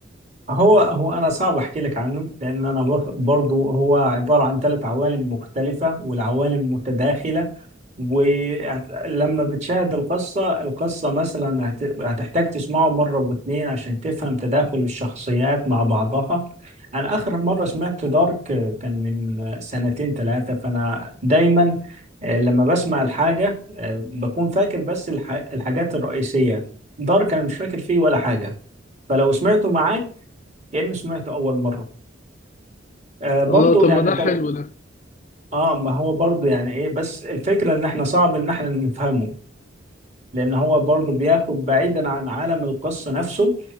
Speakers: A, on the right; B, on the left.
A: هو هو انا صعب احكي لك عنه لان انا بر- برضو هو عباره عن ثلاث عوالم مختلفه والعوالم متداخله ولما بتشاهد القصه القصه مثلا هت- هتحتاج تسمعه مره واثنين عشان تفهم تداخل الشخصيات مع بعضها انا اخر مره سمعت دارك كان من سنتين ثلاثه فانا دايما آه، لما بسمع الحاجه آه، بكون فاكر بس الح- الحاجات الرئيسيه دارك انا مش فاكر فيه ولا حاجه فلو سمعته معاك كأني سمعته أول مرة آه برضو
B: آه طب
A: يعني
B: ما ده
A: أنت
B: طب حلو ده
A: آه ما هو برضو يعني إيه بس الفكرة إن إحنا صعب إن إحنا نفهمه لأن هو برضو بياخد بعيدا عن عالم القصة نفسه